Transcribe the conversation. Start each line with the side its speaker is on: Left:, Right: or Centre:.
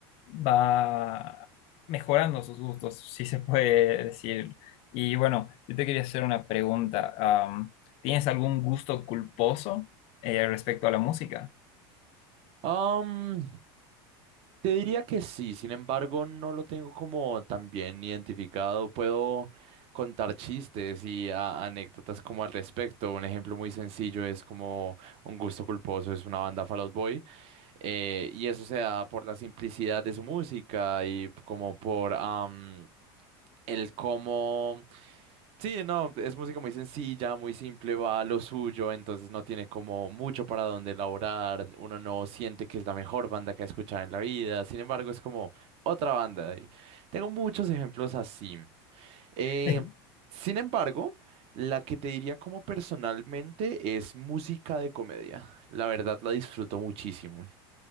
Left: va mejorando sus gustos, si se puede decir. Y bueno, yo te quería hacer una pregunta. am, ¿tienes algún gusto culposo eh, respecto a la música?
Right: Ujú. Te diría que sí, sin embargo, no lo tengo como tan bien identificado. Puedo contar chistes y a- anécdotas como al respecto. Un ejemplo muy sencillo es como Un Gusto Culposo, es una banda Fall Out Boy. eh, y eso se da por la simplicidad de su música y como por am, el cómo. Sí, no, es música muy sencilla, muy simple, va a lo suyo, entonces no tiene como mucho para dónde elaborar, uno no siente que es la mejor banda que ha escuchado en la vida, sin embargo es como otra banda. y Tengo muchos ejemplos así. Eh,
Left: <laughs>
Right: sin embargo, la que te diría como personalmente es música de comedia. La verdad la disfruto muchísimo.